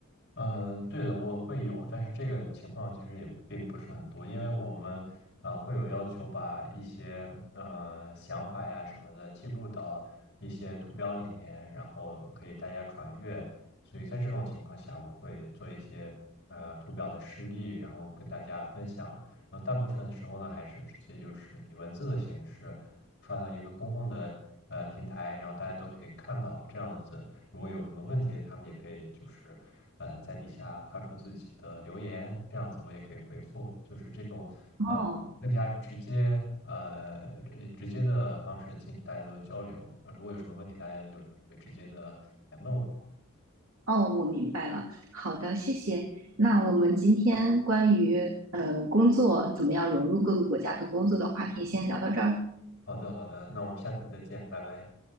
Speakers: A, on the left; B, on the right.
A: 嗯，对的，我会有，但是这个情况其实也并不是很多，因为我们啊、呃会有要求把一些呃想法呀什么的记录到一些图标里面，然后可以大家传阅。所以在这种情况下，我会做一些呃图表的示例，然后跟大家分享。呃，大部分时候呢，还是直接就是以文字的形式发到一个公共的呃平台，然后大家都可以看到这样子。如果有什么问题，他们也可以就是呃在底下发出自己的留言，这样子我也可以回复，就是这种呃更加直接呃呃直接的方式进大家都交流。
B: 哦
A: 呃，如果有什么问题，大家就会直接的来问我。
B: 哦，我明白了。好的，谢谢。那我们今天关于呃工作怎么样融入各个国家的工作的话题，先聊到这儿，
A: 好的，好的，那我们下次再见，拜拜。